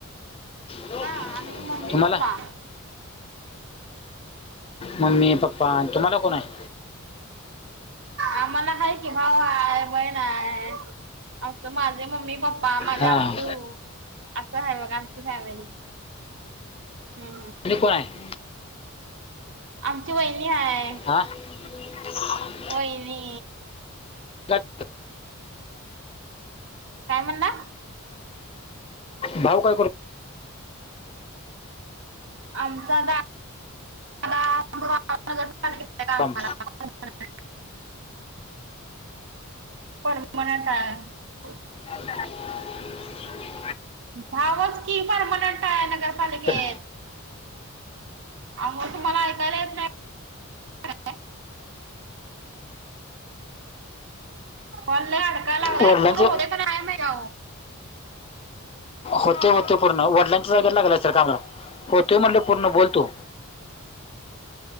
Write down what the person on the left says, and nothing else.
हॅलो,
तुम्हाला.
मम्मी पप्पा तुम्हाला कोण आहे.
हां
आणि कोण आहे.
''आं''
काय-
भाऊ काय करू''--''
काम
आमचा दादा.
करतो तर
वडिलांचे
होते होते. पूर्ण वडिलांच्या जागेला लागलाय असल कामाला होतय म्हणल पूर्ण बोल तु.